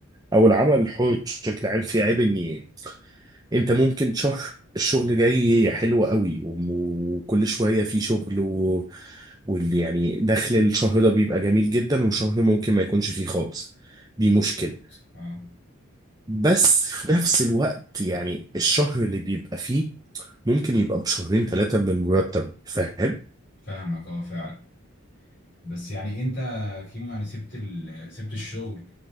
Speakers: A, on the right; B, on the left.
A: او العمل الحر بشكل عام فيه عيب اني انت ممكن شهر الشغل جاي حلو قوي وكل شوية في شغل و... واللي يعني دخل الشهر ده بيبقى جميل جدا وشهر ممكن ما يكونش فيه خالص دي مشكلة
B: مظبوط اه
A: بس في نفس الوقت يعني الشهر اللي بيبقى فيه ممكن يبقى بشهرين ثلاثة من المرتب فاهم؟
B: فاهمك اه فعلا بس يعني انت كيمو يعني سبت ال... سبت الشغل